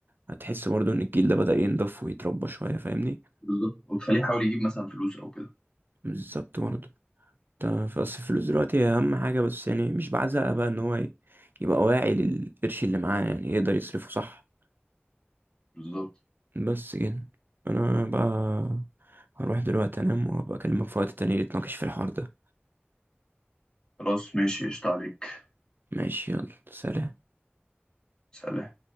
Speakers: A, on the right; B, on the left.
A: هتحس برضو إن الجيل ده بدأ ينضف ويتربى شوية فاهمني
B: بالظبط وتخليه يحاول يجيب مثلا فلوس او كده
A: بالظبط برضو انت في أصل الفلوس دلوقتي هي أهم حاجة بس يعني مش بعزقها بقى إن هو ي- يبقى واعي للقرش اللي معاه يعني يقدر يصرفه صح
B: بالظبط
A: بس كده انا بقى هروح دلوقتي انام وابقى اكلمك في وقت تاني نتناقش في الحوار ده
B: خلاص ماشي قشطة عليك
A: ماشي يلا سلام
B: سلام